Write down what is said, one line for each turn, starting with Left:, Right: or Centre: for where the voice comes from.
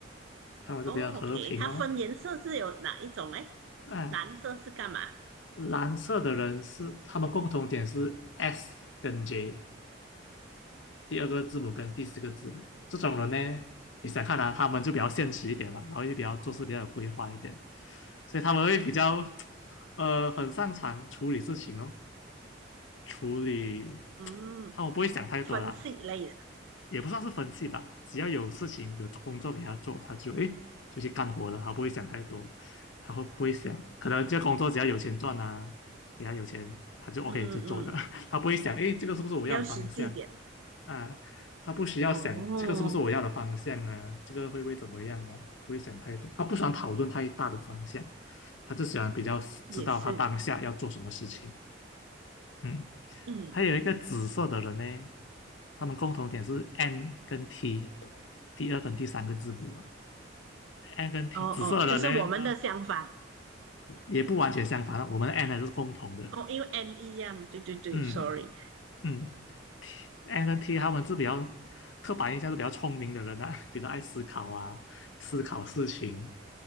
Left: 他们就比较和平哦，
Right: 哦，OK，它分颜色是有哪一种嘞
Left: 啊。
Right: 蓝色是干嘛？
Left: 蓝色的人是他们共同点是 S 跟 J，第二个字母跟第四个字母。这种人呢，你想看啊，他们就比较现实一点嘛，然后也比较做事比较有规划一点，所以他们会比较呃很擅长处理事情哦，处理
Right: 嗯，
Left: 他们不会想太多啦，
Right: 分析类的。
Left: 也不算是分析吧，只要有事情有工作给他做，他就哎，就去干活了，他不会想太多，他会不会想可能这个工作只要有钱赚啊，给他有钱他就 OK
Right: 嗯嗯，
Left: 就做了，他不会想哎，这个是不是我要的方向
Right: 要实际一点。
Left: 啊，他不需要想这个是不是我要的方向啊，
Right: 哦，
Left: 这个会不会怎么样啊，不会想太多，他不喜欢讨论太大的方向，他就喜欢比较知道他当下要做什么事情，
Right: 也是。
Left: 嗯。
Right: 嗯，
Left: 还有一个紫色的人呢，他们共同点是 N 跟 T，第二跟第三个字母啊，N 跟 T，
Right: 哦哦，
Left: 紫色的人呢，
Right: 就是我们的相反。
Left: 呃也不完全相反啊我们的 N 还是共同的，
Right: 哦，因为 N 一样。对对对，sorry。
Left: 嗯嗯，T N 跟 T 他们是比较刻板印象是比较聪明的人啊，<laughs> 比较爱思考啊，思考事情，